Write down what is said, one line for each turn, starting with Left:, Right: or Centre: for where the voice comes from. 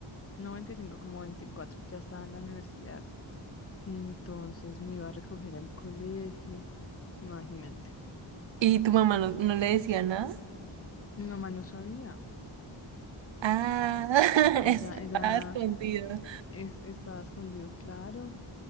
Left: No 25, como 24. Ya estaba en la universidad. Entonces me iba a recoger al colegio, imagínate.
Right: ¿Y tu mamá no, no le decía nada?
Left: Mi mamá no sabía.
Right: Ah, <laughs>
Left: Ella,
Right: estaba
Left: ella
Right: escondido.
Left: Es, estaba escondido, claro.